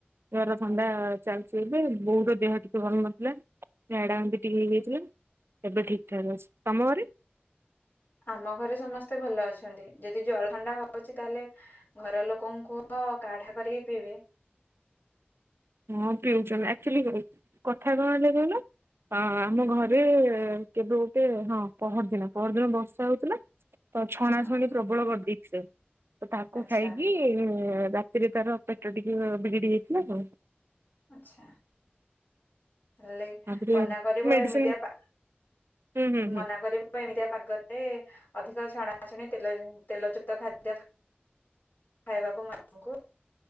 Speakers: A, on the right (about 75°); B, on the left (about 45°).
A: ଜର ଥଣ୍ଡା ଚାଲିଛି ଏଵେ ବହୁତ ଦେହ ଟିକେ ଭଲ ନଥିଲା ଝାଡା ଏତି ଟିକେ ହେଇଯାଇଥିଲେ। ଏବେ ଠିକ ଠାକ୍ ଅଛି ତମ ଘରେ?
B: ଆମ ଘରେ ସମସ୍ତେ ଭଲ ଅଛନ୍ତି ଯଦି ଜର ଥଣ୍ଡା ହଉଛି ତାହେଲେ ଘର ଲୋକଙ୍କୁ ତ କାଢା କରିକି ପିଇବେ।
A: ହଁ ପିଉଛନ ଆଚୁଆଲି କଥା କଣ ହେଲା କହିଲ। ଅ ଆମ ଘରେ କେବେ ଗୋଟେ ହଁ ପହରଦିନ ପହରଦିନ ବର୍ଷା ହଉଥିଲା। ତ ଛଣା
B: ହଁ
A: ଛଣି ପ୍ରବଳ କରିଦେଇଥିଲେ ତ ତାକୁ
B: ଆଚ୍ଛା
A: ଖାଇକି ଇ ରାତିରେ ତାର ପେଟ ଟିକେ ବିଗିଡି ଯାଇଥିଲା ତ।
B: ଆଛା ହେଲେ
A: ତାପରେ
B: ମନା କରିବ
A: ମେଡିସିନ
B: ଏମିତିଆ ପା
A: ହୁଁ ହୁଁ ହୁଁ
B: ମନା କରିବୁ ଏମିତିଆ ପାଗରେ ଅଧିକ ଛଣାଛଣି ତେଲ ତେଲଯୁକ୍ତ ଖାଦ୍ୟ ଖ ଖାଇବାକୁ ମାଙ୍କୁ